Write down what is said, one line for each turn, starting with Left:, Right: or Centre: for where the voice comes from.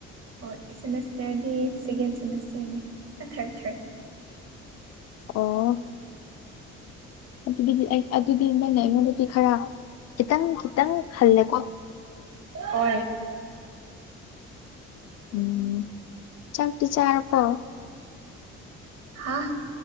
Right: ꯍꯣꯏ ꯁꯦꯃꯦꯁꯇꯔꯗꯤ ꯁꯦꯀꯦꯟ ꯁꯦꯃꯦꯁꯇꯔꯅꯦ ꯑ ꯊꯥꯔꯠ ꯊꯥꯔꯠ
Left: ꯑꯣ ꯑꯗꯨꯒꯤꯗꯤ ꯑꯩ ꯑꯗꯨꯗꯤ ꯅꯪꯅ ꯑꯩꯉꯣꯟꯗꯒꯤ ꯈꯔ ꯈꯤꯇꯪ ꯈꯤꯇꯪ ꯍꯜꯂꯦꯀꯣ
Right: ꯑꯣꯏ
Left: ꯎꯝ ꯆꯥꯛꯇꯤ ꯆꯥꯔꯕꫭ
Right: ꯍꯥ